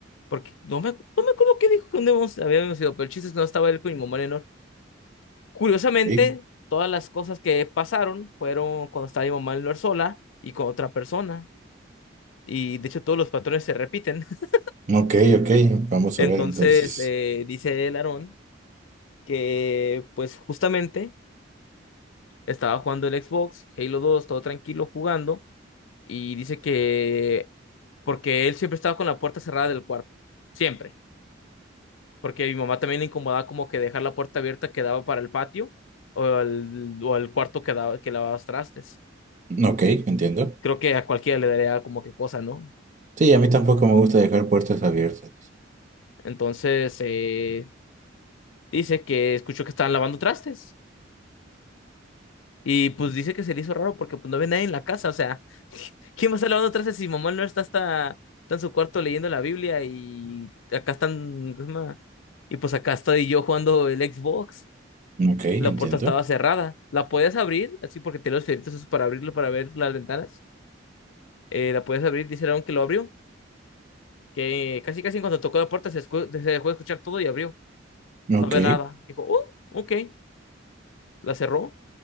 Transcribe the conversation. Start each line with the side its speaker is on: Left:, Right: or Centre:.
Left: porque no me, acu- no me acuerdo qué dijo cuando habíamos, habíamos ido, pero el chiste es que no estaba él con mi mamá Leonor. Curiosamente,
Right: Sí.
Left: todas las cosas que pasaron fueron cuando estaba mi mamá Leonor sola y con otra persona, y de hecho todos los patrones se repiten. <laughs>
Right: Ok, ok. Vamos
Left: Entonces,
Right: a ver entonces.
Left: eh, dice el Aarón que, pues, justamente estaba jugando el Xbox, Halo dos todo tranquilo jugando y dice que porque él siempre estaba con la puerta cerrada del cuarto, siempre, porque mi mamá también le incomodaba como que dejar la puerta abierta que daba para el patio o al, o al cuarto que daba, que lavabas trastes.
Right: Ok, entiendo.
Left: Creo que a cualquiera le daría como que cosa, ¿no?
Right: Sí, a mí tampoco me gusta dejar puertas abiertas.
Left: Entonces, eh, dice que escuchó que estaban lavando trastes Y pues dice que se le hizo raro porque pues no ve nadie en la casa, o sea, <laughs> ¿quién va a estar lavando trastes si mamá no está hasta, está en su cuarto leyendo la Biblia y acá están, ¿cómo se llama? Y pues acá estoy yo jugando el Xbox,
Right: Ok, entiendo.
Left: la puerta estaba cerrada, la podías abrir, así porque tenía los fierritos esos para abrirlo, para ver las ventanas, eh, la podías abrir, dice Aaron que lo abrió, que casi casi en cuanto tocó la puerta se, escu- se dejó de escuchar todo y abrió, no
Right: Ok.
Left: ve nada, dijo, oh, ok, la cerró